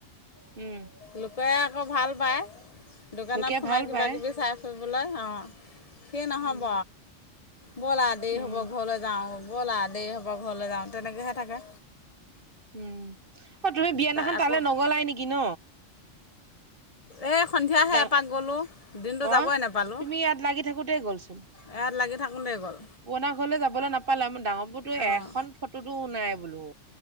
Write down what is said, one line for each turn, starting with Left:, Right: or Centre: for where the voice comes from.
Right: উম।
Left: লোকে আকৌ ভাল পায় দোকানত
Right: লোকে
Left: সোমাই
Right: ভাল
Left: কিবাকিবি
Right: পায়
Left: চাই ফুবলৈ অ'। সি নহ'ব,
Right: উম
Left: বলা দেৰি
Right: উম
Left: হ'ব ঘৰলৈ যাওঁ, বলা দেৰি হ'ব ঘৰলৈ যাওঁ। তেনেকৈহে থাকে
Right: উম, অ', তুমি বিয়াদিনা
Left: তাই
Right: তালে
Left: আকৌ
Right: নগলাই নেকি ন।
Left: এই সন্ধিয়াহে
Right: ডা,
Left: এপাক গ'লোঁ দিনটো যাবই
Right: স',
Left: নাপালোঁ
Right: তুমি ইয়াত লাগি থাকোতেই গ'ল সোণ।
Left: ইয়াত লাগি থাকোঁতেই গ'ল
Right: পুৰনা ঘৰলে যাবলৈ নাপালে মোৰ ডাঙৰপুৰতো
Left: অঁ
Right: এখন ফটোতো নাই বোলো।